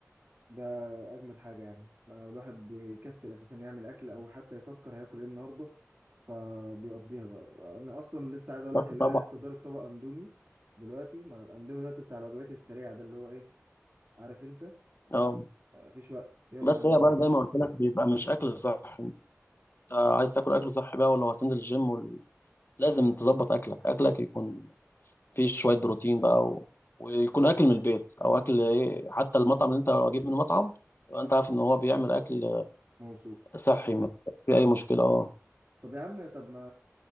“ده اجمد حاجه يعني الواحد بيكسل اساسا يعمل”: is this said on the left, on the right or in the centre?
Right